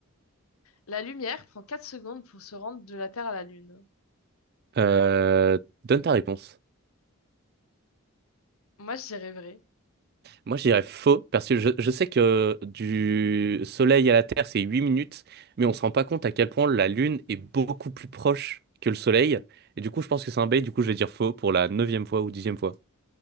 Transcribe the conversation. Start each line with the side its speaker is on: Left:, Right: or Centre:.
Left: La lumière prend 4 secondes pour se rendre de la Terre à la Lune.
Right: Euh, donne ta réponse.
Left: Moi, je dirais vrai.
Right: Moi, je dirais faux, parce que je, je sais que du Soleil à la Terre, c'est 8 minutes, mais on se rend pas compte à quel point la Lune est beaucoup plus proche que le Soleil. Et du coup, je pense que c'est un bait, du coup, je vais dire faux pour la neuvième fois ou dixième fois.